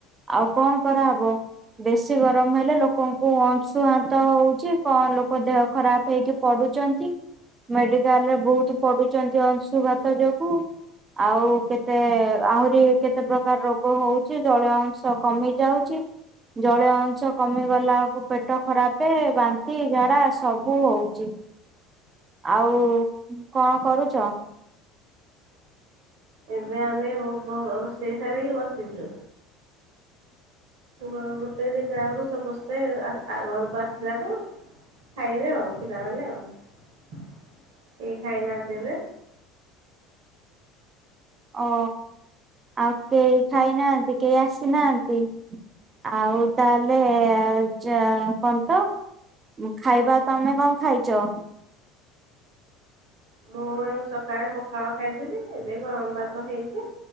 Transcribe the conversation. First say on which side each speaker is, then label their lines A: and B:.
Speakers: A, on the right; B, on the right.
A: ଆଉ କଣ କରାହବ? ବେଶୀ ଗରମ ହେଲେ, ଲୋକଙ୍କୁ ଅଂଶୁହାନ୍ତ ହଉଛି। କଣ, ଲୋକ ଦେହ ଖରାପ ହେଇକି ପଡୁ ଛନ୍ତି। ମେଡିକାଲରେ, ବହୁତ ପଢୁଛନ୍ତି ଅଂଶୁଘାତ ଯୋଗୁ ଆଉ' କେତେ, ଆହୁରି କେତେ ପ୍ରକାର ରୋଗ ହଉଛି। ଜଳୀୟ ଅଂଶ କମି ଯାଉଛି। ଜଳୀୟ ଅଂଶ କମିଗଲା ବଳକୁ, ପେଟ ଖରାପ, ବାନ୍ତି, ଝାଡା ସବୁ ହଉଛି। ଆଉ କଣ, କରୁଛ?
B: ଏବେ ଆମେ, ଓହୋ, ରୋଷେଇ ସରିକି ବସିଛୁ। ପୁଅ, ଗୋଟେ ଦିଟା ବଳକୁ ସମସ୍ତେ, ଆ'ଆ -ଘରକୁ ଆସିଲାଠୁ ଖାଇବେ ଆଉ'। ପିଲାମାନେ ଆଉ'। କେହି ଖାଇନାହାନ୍ତି ଏବେ?
A: ଓ ଆଉ, କେହି ଖାଇନାହାନ୍ତି? କେହି ଆସିନାହାନ୍ତି? ଆଉ ତାହେଲେ, ଯ, କଣ ତ। ଖାଇବା ତମେ କଣ, ଖାଇଛ?
B: ମୁଁ, ସକାଳେ ପଖାଳ ଖାଇଥିଲି। ଏବେ ଗରମ ଭାତ ହେଇଛି।